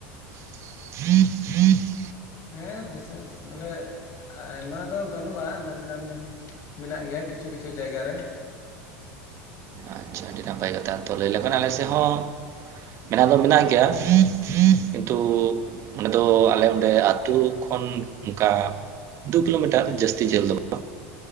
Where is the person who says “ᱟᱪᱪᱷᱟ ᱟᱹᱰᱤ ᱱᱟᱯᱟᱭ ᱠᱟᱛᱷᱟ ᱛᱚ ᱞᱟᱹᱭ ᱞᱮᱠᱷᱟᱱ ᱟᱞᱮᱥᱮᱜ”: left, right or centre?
Right